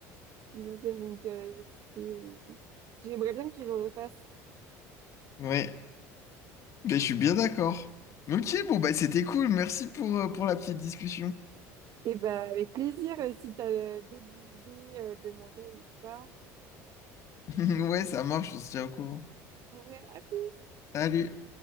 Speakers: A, on the right; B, on the left.
A: plus ancienne, donc euh, c'est... j'aimerais bien qu'ils le refassent.
B: ouais. Mais je suis bien d'accord. Ok, bon, bah c'était cool, merci pour, euh, pour la petite discussion.
A: Et bah avec plaisir, euh, si t'as euh, d'autres idées euh, de manga, n'hésite pas.
B: <laughs> Ouais, ça marche, on se tient au courant.
A: Ouais, à plus!
B: Salut!